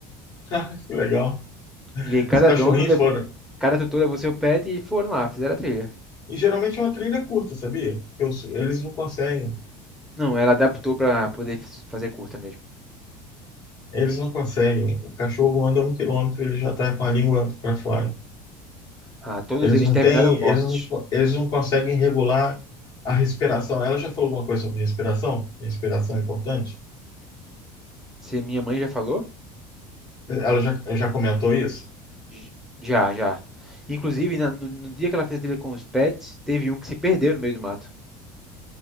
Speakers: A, on the left; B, in the centre.
A: Ah, que legal.
B: E aí cada
A: Os cachorrinhos
B: dono levou,
A: foram.
B: cada tutor levou seu pet e foram lá, fizeram a trilha.
A: E geralmente é uma trilha curta, sabia? Porque os- eles não conseguem.
B: Não, ela adaptou para poder f- fazer curta mesmo.
A: Eles não conseguem. O cachorro anda um quilômetro, ele já está com a língua para fora.
B: Ah, todos
A: Eles
B: eles
A: não
B: terminaram
A: têm,
B: mortos.
A: eles não, co- eles não conseguem regular a respiração. Ela já falou alguma coisa sobre respiração? Respiração é importante?
B: Se minha mãe já falou?
A: Ela já, já comentou isso?
B: J- Já, já. Inclusive, na- no, no dia que ela fez dele com os pets, teve um que se perdeu no meio do mato.